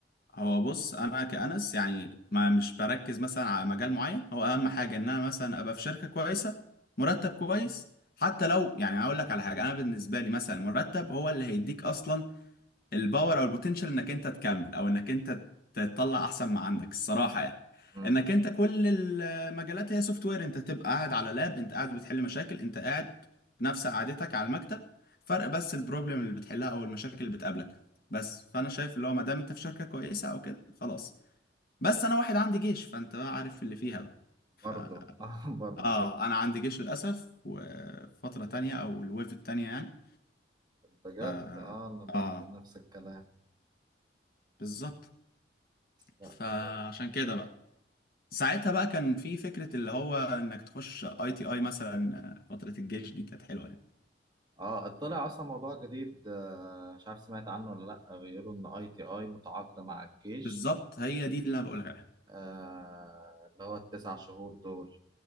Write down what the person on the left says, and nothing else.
هو بص انا كأنس يعني ما مش بركز مثلا على مجال معين هو اهم حاجه ان انا مثلا ابقى في شركه كويسه مرتب كويس حتى لو يعني هقول لك على حاجه انا بالنسبه لي مثلا المرتب هو اللي هيديك اصلا الباور او البوتنشال انك انت تكمل او انك انت تطلع احسن ما عندك الصراحه يعني
انك انت كل المجالات هي سوفت وير انت تبقى قاعد على لاب انت قاعد بتحل مشاكل انت قاعد نفس قعدتك على المكتب فرق بس البروبلم اللي بتحلها او المشاكل اللي بتقابلك بس فانا شايف اللي هو ما دام انت في شركه كويسه او كده خلاص بس انا واحد عندي جيش فانت بقى عارف اللي فيها بقى
ف...
اه انا عندي جيش للاسف وفتره تانية او الويف التانية يعني
ف
اه
بالظبط
فعشان كده بقى ساعتها بقى كان في فكرة اللي هو انك تخش اي تي اي مثلا آه، فترة الجيش دي كانت حلوة يعني
بالظبط هي دي اللي انا بقولك عليها